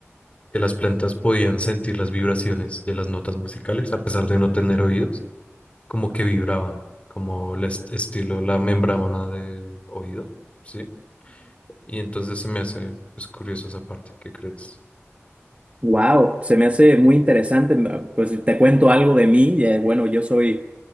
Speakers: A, on the left (about 30°); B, on the right (about 30°).
A: que las plantas podían sentir las vibraciones de las notas musicales, a pesar de no tener oídos, como que vibraban, como el est- estilo, la membrana del oído, ¿sí? Y entonces se me hace, es curioso esa parte, ¿qué crees?
B: Wow, se me hace muy interesante. Pues te cuento algo de mí. eh, Bueno, yo soy